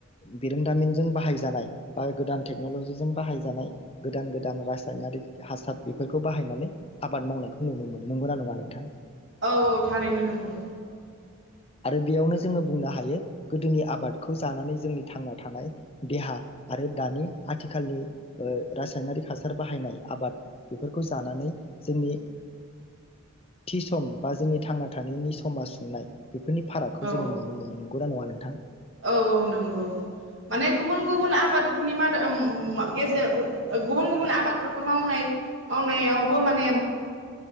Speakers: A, on the left; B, on the right.
A: बिरोंदामिनजों बाहायजानाय बा गोदान टेक्नलजिजों बाहायजानाय गोदान गोदान रासायनारिक हासार बेफोरखौ बाहायनानै आबाद मावनायखौ नुनो मोनो नंगौ नंङा नोंथां
B: औ औ थारैनो नंगौ
A: आरो बेयावनो जोंङो बुंनो हायो गोदोनि आबादखौ जानानै जोंनि थांना थानाय देहा आरो दानि आथिखालनि रासायनारिक हासार बाहायनाय आबाद बेफोरखौ जानानै जोंनि थि सम बा जोंनि थांना थानायनि समा सुंनाय बेफोरनि फारागखौ
B: औ
A: जोंङो नुनो मोनो नंगैना नंङा नोंथां
B: औ औ नंगौ माने गुबुन गुबुन आबादफोरनि मादा गेजेर गुबुन गुबुन आबादफोरखौ मावनाय मावनायावबो माने